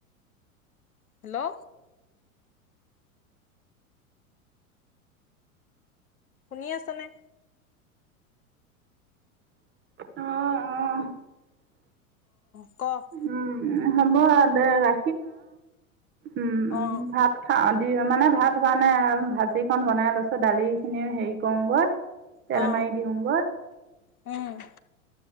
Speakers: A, on the left; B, on the right.
A: হেল্লো। শুনি আছা নে
B: অহ অহ
A: অ ক'
B: উম হব দে ৰা উম
A: অ'।
B: ভাত খাওঁ দি মানে ভাত হোৱা নাই ভাজিখন বনাই লৈছো দালি খিনিও হেৰি কৰোগৈ তেল
A: অ
B: মাৰি দিওঁগৈ।
A: উম